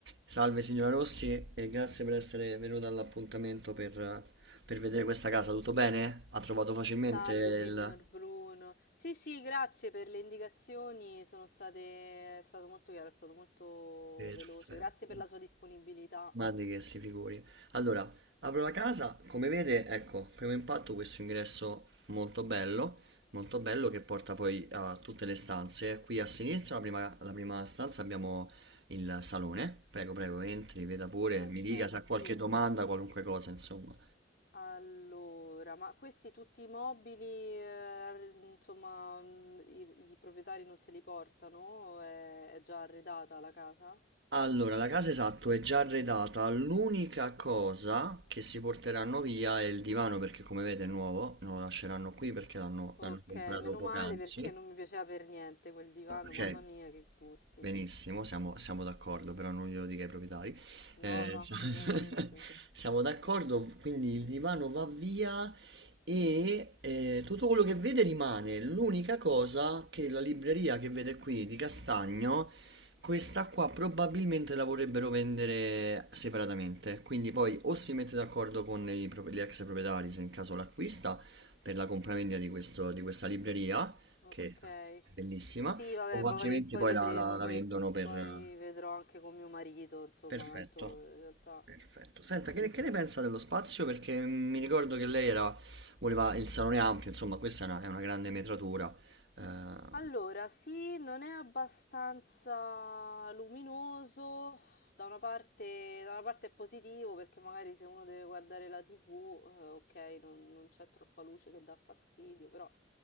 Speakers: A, on the right; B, on the left.
A: Salve signora Rossi e grazie per essere venuta all'appuntamento per, per vedere questa casa. Tutto bene? Ha trovato facilmente
B: Salve,
A: il...
B: signor Bruno. Sì, sì, grazie per le indicazioni, sono state... è stato molto chiaro, è stato molto
A: Perfetto.
B: veloce. Grazie per la sua disponibilità.
A: Ma di che si figuri. Allora, apro la casa, come vede, ecco, primo impatto questo ingresso molto bello, molto bello che porta poi a tutte le stanze. Qui a sinistra, la prima, la prima stanza, abbiamo il salone. Prego, prego, entri, veda pure,
B: Ok,
A: mi dica se
B: sì.
A: ha qualche domanda, qualunque cosa, insomma.
B: Allora, ma questi tutti i mobili, eh, r- insomma, mm, i, i proprietari non se li portano? È, è già arredata la casa?
A: Allora, la casa esatto è già arredata, l'unica cosa che si porteranno via è il divano perché come vede è nuovo, non lo lasceranno qui perché l'hanno
B: Ok,
A: l'hanno comprato
B: meno
A: poc'anzi.
B: male perché non mi piaceva per niente quel divano,
A: Ok,
B: mamma mia, che gusti.
A: Benissimo, siamo, siamo d'accordo, però non glielo dica ai proprietari.
B: No,
A: Eh,
B: no,
A: No. sia-
B: assolutamente.
A: <laughs> siamo d'accordo, quindi il divano va via e eh, tutto quello che vede rimane. L'unica cosa che la libreria che vede qui di Castagno, questa qua probabilmente la vorrebbero vendere separatamente. Quindi poi o si mette d'accordo con i pro- gli ex proprietari, se in caso l'acquista, per la compravendita di questo- di questa libreria,
B: Ok.
A: che è bellissima
B: Sì, vabbè,
A: o
B: poi,
A: altrimenti
B: poi
A: poi
B: vedremo,
A: la, la- la
B: poi,
A: vendono per...
B: poi vedrò anche con mio marito, insomma,
A: Perfetto.
B: tanto in realtà...
A: Perfetto. Senta, che ne, che ne pensa dello spazio? Perché mi ricordo che lei era, voleva il salone ampio, insomma, questa è una, è una grande metratura. Eh,
B: Allora, sì, non è abbastanza luminoso, da una parte, da una parte è positivo perché magari se uno deve guardare la TV, eh, ok, non, non c'è troppa luce che dà fastidio, però